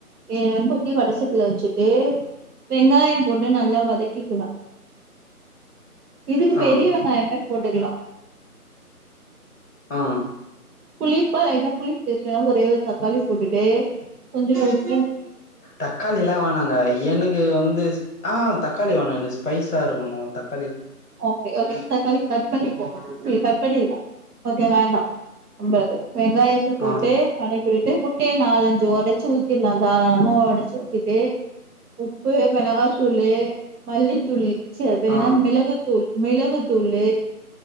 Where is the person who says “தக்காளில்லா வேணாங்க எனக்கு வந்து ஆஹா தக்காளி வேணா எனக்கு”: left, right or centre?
Left